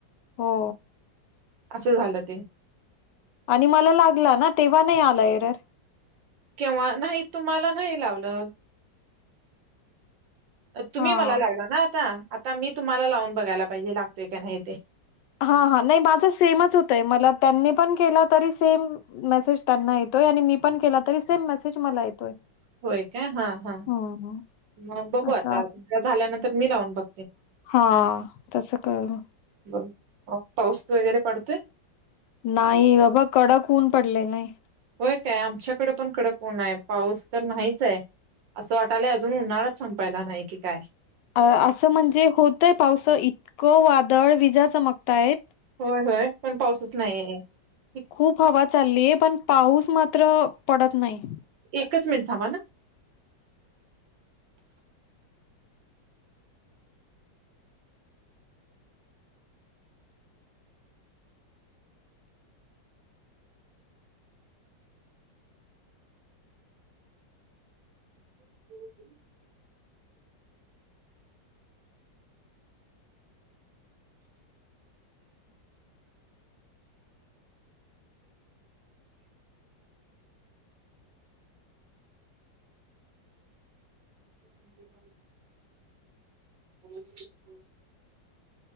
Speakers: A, on the left; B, on the right.
A: हो
B: असं झालं ते
A: आणि मला लागला ना तेव्हा नाही आला एरर
B: किंववा नाही तुम्हाला नाही लावलं तुम्ही
A: हां.
B: मला लावला ना आता आता मी तुम्हाला लावून बघायला पाहिजे लागतोय का नाही ते
A: हा हा नाही माझं सेमच होतय मला त्यांनी पण केला तरी सेम मेसेज त्यांना येतोय आणि मी पण केला तरी सेम मेसेज मला येतोय
B: होय काय हा हा
A: हम्म.
B: मग बघू
A: असा
B: आता तम झाल्यानंतर मी लावून बघ
A: हा तस करून
B: बर पाऊस वगैरे पडतोय
A: नाही बाबा कडकऊन पडले नाही
B: होय काय आमच्याकडे पण कडक उण आहे पाऊस तर नाहीच आहे असं वाटायला अजून उन्हाळाच संपायला नाही की काय
A: अ असं म्हणजे होतय पावस इतकं वादळ विजा चमकताय
B: होय होय पण पाऊसच नाहीये एक-
A: खूप हवा चाललीय पण पाऊस मात्र पडत नाही
B: एकच मिनिट थांवा ना हो <inaudible>